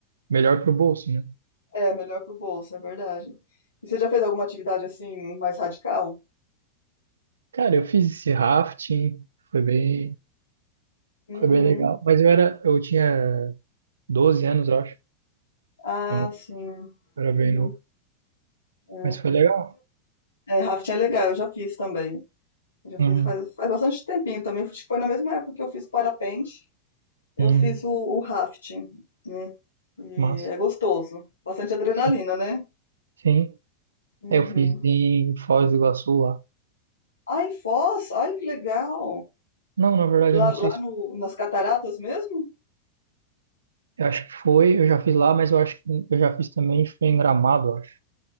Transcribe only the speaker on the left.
É, melhor pro bolso, é verdade. E você já fez alguma atividade assim mais radical?
Uhum.
Ah,
sim.
Uhum.
É.
É, rafting é legal, eu já fiz também. Eu já
fiz faz, faz bastante tempinho também. Acho que foi na mesma época que eu fiz parapente, eu
fiz o, o rafting, né? E
é gostoso. Bastante adrenalina,
né?
Uhum.
Ah, em Foz, ai que legal.
Lá,
lá
no, nas cataratas mesmo?